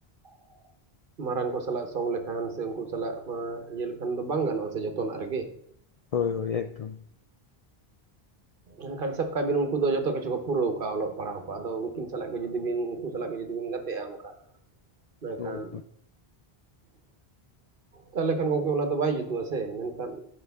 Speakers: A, on the right; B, on the left.
A: ᱾ ᱢᱟᱨᱟᱝ ᱠᱚ ᱥᱟᱞᱟᱜ ᱥᱚᱝ ᱞᱮᱠᱷᱟᱱ ᱥᱮ ᱩᱱᱠᱩ ᱥᱟᱞᱟᱜ ᱢᱟ ᱤᱭᱟᱹ ᱞᱮᱠᱷᱟᱱ ᱫᱚ ᱵᱟᱝ ᱜᱟᱱᱚᱜᱼᱟ ᱥᱮ ᱡᱚᱛᱚᱱᱟᱜ ᱨᱮᱜᱮ ᱾
B: ᱦᱳᱭ ᱦᱳᱭ ᱮᱠᱫᱚᱢ ᱾
A: ᱮᱠᱷᱟᱱ ᱥᱟᱵ ᱠᱟᱜ ᱵᱤᱱ ᱩᱱᱠᱩ ᱫᱚ ᱡᱚᱛᱚ ᱠᱤᱪᱷᱩ ᱠᱚ ᱯᱩᱨᱟᱹᱣ ᱟᱠᱟᱣ ᱱᱟ ᱚᱞᱚᱜ ᱯᱟᱲᱦᱟᱣ ᱠᱚ ᱾ ᱟᱫᱚ ᱩᱱᱠᱤᱱ ᱥᱟᱞᱟᱜ ᱡᱩᱫᱤ ᱵᱤᱱ ᱩᱱᱠᱩ ᱥᱟᱞᱟᱜ ᱜᱮ ᱡᱩᱫᱤ ᱵᱤᱱ ᱜᱟᱛᱮ ᱜᱟᱛᱮ ᱟᱜ ᱚᱱᱠᱟ ᱢᱮᱱᱠᱷᱟᱱ
B: ᱦᱳᱭ
A: ᱛᱟᱦᱚᱞᱮ ᱠᱷᱟᱱ ᱜᱚᱢᱠᱮ ᱚᱱᱟ ᱫᱚ ᱵᱟᱭ ᱡᱩᱛᱩᱜᱼᱟ ᱥᱮ ᱢᱮᱱᱠᱷᱟᱱ